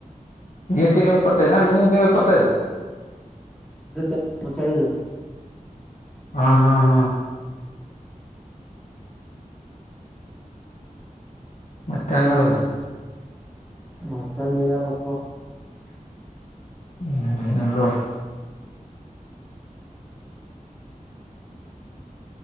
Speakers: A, on the left; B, in the centre.
A: ಇ ತಿಂಗಳು ಇಪ್ಪತ್ತೈದ ಮುಂದಿನ ತಿಂಗಳು ಇಪ್ಪತ್ತೈದು
B: ಇದೇ ತಿಂಗಳ ಇಪತ್ತೈದು.
A: ಹ ಹ ಹ ಮತ್ತೆಂಗ ನಡ್ದ -
B: ಮತ್ತೇ ಏನ್ ನೀನ್ ಹೇಳಪ್ಪ.
A: ಏನಿಲ್ಲ ನೋಡ.